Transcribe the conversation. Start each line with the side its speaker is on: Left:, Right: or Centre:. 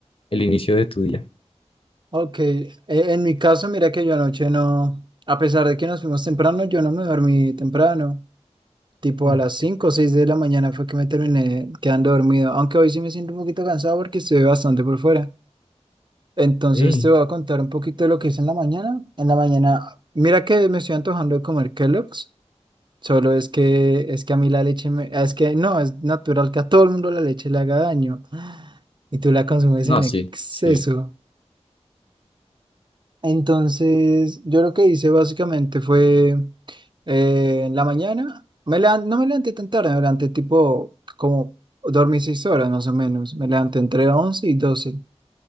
Left: el inicio de tu día.
Right: Ok, e- en mi caso, mira que yo anoche no, a pesar de que nos fuimos temprano, yo no me dormí temprano. Tipo
Left: Mm,
Right: a las 5 o 6 de la mañana fue que me terminé quedando dormido. Aunque hoy sí me siento un poquito cansado porque estuve bastante por fuera. Entonces
Left: Sí.
Right: te voy a contar un poquito de lo que hice en la mañana. En la mañana, mira que me estoy antojando de comer Kellogg's. Solo es que es que a mí la leche me, es que no, es natural que a todo el mundo la leche le haga daño. Y tú la consumes
Left: No,
Right: en exceso.
Left: sí, sí.
Right: Entonces, yo lo que hice básicamente fue eh, en la mañana, me levan- no me levanté tan tarde, me levanté tipo como dormí seis horas más o menos. Me levanté entre 11 y doce